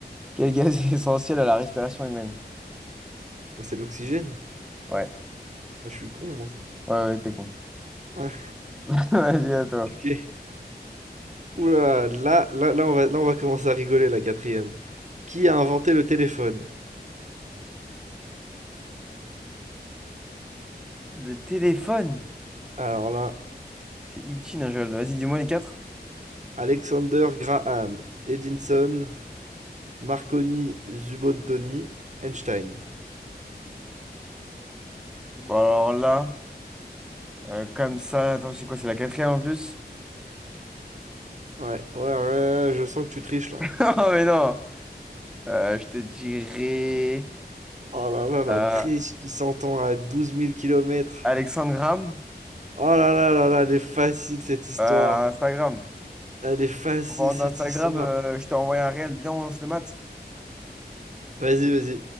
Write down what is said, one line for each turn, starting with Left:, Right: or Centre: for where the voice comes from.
Centre: Quel gaz est <laughs> essentiel à la respiration humaine?
Right: Bah, c'est l'oxygène.
Centre: Ouais.
Right: Bah, je suis con, moi.
Centre: Ouais, ouais, t'es con.
Right: Ah,
Centre: <laughs> Vas-y, à toi.
Right: <laughs> OK. Oula, là, là là on va là, on va commencer à rigoler, la quatrième. Qui a inventé le téléphone?
Centre: <laughs> Le téléphone.
Right: Alors là,
Centre: C'est Ichi Nigel. Vas-y, dis-moi les quatre.
Right: Alexander Graham, Edinson, Marconi, Zubontoni, Einstein.
Centre: Bon, alors là, euh, comme ça, attends, c'est quoi? C'est la quatrième en plus? <laughs>
Right: Ouais, ouais, ouais, je sens que tu triches là.
Centre: Oh, mais non! Euh, je te dirais
Right: Oh là là, la
Centre: euh,
Right: triche qui s'entend à douze mille kilomètres.
Centre: Alexandre Graham,
Right: Oh là là là là, elle est facile cette histoire.
Centre: euh, Instagram.
Right: Elle est facile
Centre: En parlant d'Instagram,
Right: cette histoire.
Centre: euh, je t'ai envoyé un réel, viens, on lance le mat.
Right: Vas-y, vas-y.